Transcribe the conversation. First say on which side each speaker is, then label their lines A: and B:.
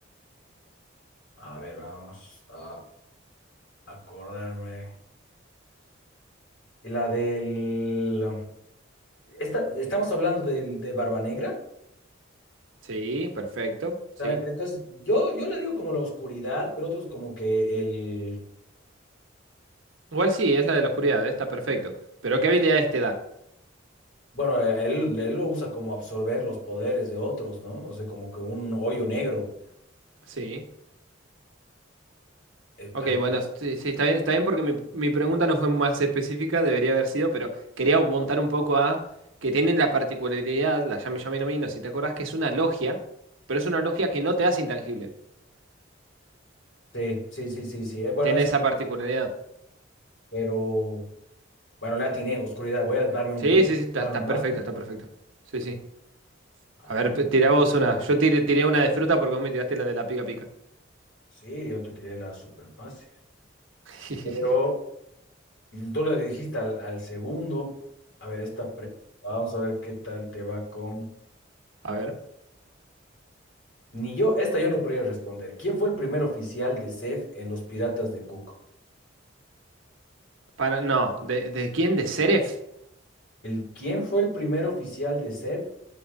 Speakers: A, on the left (about 70°); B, on the right (about 80°).
A: A ver, vamos a acordarme. La del. Esta, estamos hablando del- de, Barba Negra.
B: Sí, perfecto. Sí.
A: ¿saben? Entonces, yo, yo le digo como la oscuridad, pero otros como que el.
B: Igual sí, es la de la oscuridad. eh, Está perfecto. Pero ¿qué habilidades te da?
A: Bueno, él, él lo usa como absorber los poderes de otros, ¿no? O sea, como que un hoyo negro.
B: Sí.
A: Eh,
B: Ok,
A: al-
B: bueno, sí, sí, está bien, está bien porque mi, mi pregunta no fue más específica, debería haber sido, pero quería montar un poco a que tienen la particularidad, la llame llamen a mí, no sé si te acordás, que es una logia, pero es una logia que no te hace intangible.
A: sí, sí, sí, sí, sí. Eh, bueno,
B: Tiene
A: eso.
B: esa particularidad.
A: Pero. Bueno, la atiné, oscuridad. Voy a darme un
B: Sí,
A: punto.
B: sí, sí, está,
A: Ah,
B: está
A: nomás.
B: perfecto, está perfecto. Sí, sí.
A: A
B: A ver,
A: ver,
B: pe- tirá vos una. Yo tiré, tiré una de fruta porque vos me tiraste la de la pica pica.
A: sí, yo te tiré la súper fácil.
B: <laughs>
A: Pero tú la dijiste al, al segundo. A ver, esta pregunta. Vamos a ver qué tal te va con.
B: A ver,
A: Ni yo, esta yo no podría responder. ¿Quién fue el primer oficial de CEF en Los Piratas de Cook?
B: para, no, ¿de, de quién? ¿De Seref?
A: El, ¿quién fue el primer oficial de CEF